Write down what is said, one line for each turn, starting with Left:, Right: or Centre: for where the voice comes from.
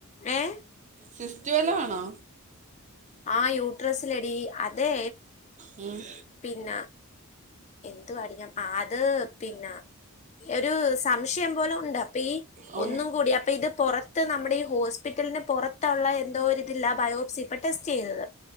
Left: ഏ-
Right: സിസ്റ്റ് വല്ലോ ആണോ?
Left: ആ യൂട്രസ്സിലെടീ അതെ-
Right: ഉം.
Left: പിന എന്തുവാടീ ഞ അത് പിന്നെ ഒരു സംശയം പോലെ ഉണ്ട്. അപ്പൊ ഈ-
Right: ഓ
Left: ഒന്നും കൂടി. അപ്പൊ ഇത് പുറത്ത് നമ്മുടെ ഈ ഹോസ്പിറ്റലിന് പുറത്തുള്ള എന്തോരിതില്ലെ ആ ബയോപ്സി. പെ ടെസ്റ്റ് ചെയ്തത്.